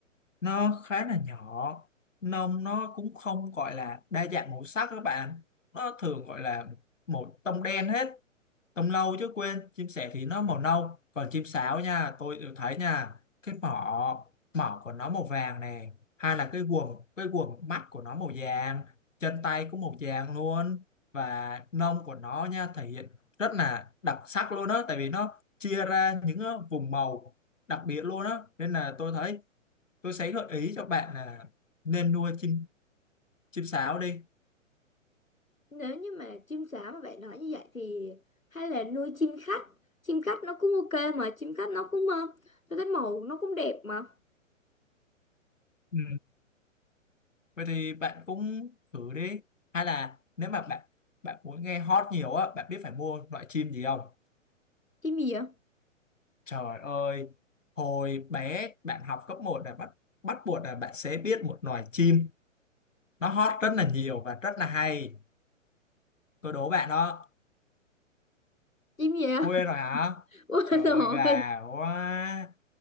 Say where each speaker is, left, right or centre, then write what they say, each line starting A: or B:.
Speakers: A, on the left; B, on the left.
A: nó khá là nhỏ, nông nó cũng không gọi là đa dạng màu sắc các bạn, nó thường gọi là một tông đen hết tông lâu chứ quên chim sẻ thì nó màu nâu còn chim sáo nha tôi đều thấy nha cái mỏ mỏ của nó màu vàng nè hay là cái guồng cái guồng mắt của nó màu vàng chân tay cũng màu vàng luôn và nông của nó nha thể hiện rất là đặc sắc luôn á tại vì nó chia ra những ờ, vùng màu đặc biệt luôn á nên là tôi thấy tôi sẽ gợi ý cho bạn là nên nuôi chim chim sáo đi
B: nếu như mà chim sáo mà bạn nói như vậy thì hay là nuôi chim khách chim khách nó cũng ok mà chim khách nó cũng ờ, tôi thấy màu nó cũng đẹp mà
A: Ừ. vậy thì bạn cũng thử đi hay là nếu mà bạn bạn muốn nghe hot nhiều á bạn biết phải mua loại chim gì không
B: chim gì vậy
A: trời ơi hồi bé bạn học cấp một là bắt bắt buộc là bạn sẽ biết một loài chim nó hot rất là nhiều và rất là hay tôi đố bạn đó
B: chim gì vậy
A: quên rồi hả
B: <laughs>
A: trời
B: quên rồi
A: ơi gà quá